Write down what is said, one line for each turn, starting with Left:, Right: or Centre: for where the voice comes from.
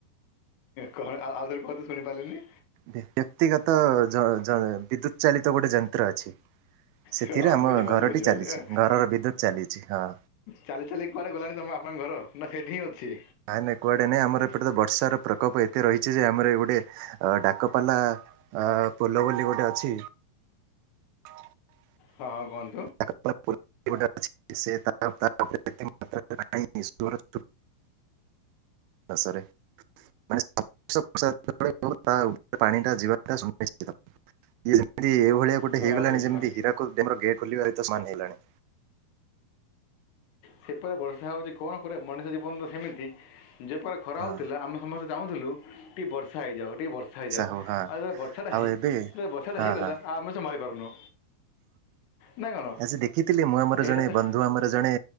Left: ହଁ ଆଉ ଥରେ କୁହନ୍ତୁ ତ ଶୁଣି ପାରିଲିନି।
Right: ବ୍ୟକ୍ତିଗତ ଯ ଯ ବିଦ୍ୟୁତ ଚାଳିତ ଗୋଟେ ଯନ୍ତ୍ର ଅଛି। ସେଥିରେ
Left: ହଁ
Right: ଆମ
Left: ବୁଝିପାରିଲି
Right: ଘରଟି
Left: ବୁଝିପାରିଲି
Right: ଚାଲିଛି
Left: ଏ,
Right: ଘରର ବିଦ୍ୟୁତ ଚାଲିଛି ହଁ।
Left: ଚାଲି ଚାଲିକି କୁଆଡ଼େ ଗଲାଣି ତମ ଆପଣଙ୍କ ଘର ନା ସେଠି ହିଁ ଅଛି?
Right: ନାଇଁ ନାଇଁ କୁଆଡ଼େ ନାଇ ଆମର ଏପଟେ ତ ବର୍ଷାର ପ୍ରକୋପ ଏତେ ରହିଛି ଯେ ଆମର ଗୋଟେ ଡାକବାଲା ଅ ପୋଲ ବୋଲି ଗୋଟେ ଅଛି। ହଁ
Left: ହଁ ହଁ କୁହ
Right: <unintelligible> ଦେଶରେ ମାନେ <unintelligible> ବ ତା ଉପରେ ପାଣି ଟା ଯିବାଟା ସୁନିଶ୍ଚିତ ଯେମିତି ଏଇଭଳିଆ ଗୋଟେ
Left: ହଁ
Right: ହେଇ ଗଲାଣି
Left: ବୁଝିପା
Right: ଯେମତି ହୀରାକୁଦର ଡ୍ୟାମ୍ ଗେଟ ଖୋଲିବା ତ ସମାନ ହେଇ ଗଲାଣି।
Left: ସେପଟ ବର୍ଷା ହଉଛି କଣ କରିବ ମଣିଷ ଜୀବନ ତ ସେମିତି ଯେପରି ଖରା
Right: ହଁ
Left: ହଉଥିଲା ଆମେ ସମସ୍ତେ ଚାହୁଥିଲୁ ଟିକେ ବର୍ଷା ହେଇଯାଉ ଟିକେ ବର୍ଷା ବର୍ଷା ହେଇଯାଉ
Right: ହଉ ହଁ
Left: ଆଉ ଯେବେ ବର୍ଷାଟା
Right: ଆଉ
Left: ହେଇ
Right: ଏବେ
Left: ବର୍ଷାଟା
Right: ହଁ
Left: ହେଇଗଲା
Right: ହଁ।
Left: ଆଉ ଆମେ ସେ ସମ୍ଭାଳି ପାରୁନୁ। ନା କ'ଣ
Right: ଆଜି ଦେଖିଥିଲି, ମୁଁ ଆମର
Left: ଏଇଟା
Right: ଜଣେ
Left: ତ
Right: ବନ୍ଧୁ ଆମର ଜଣେ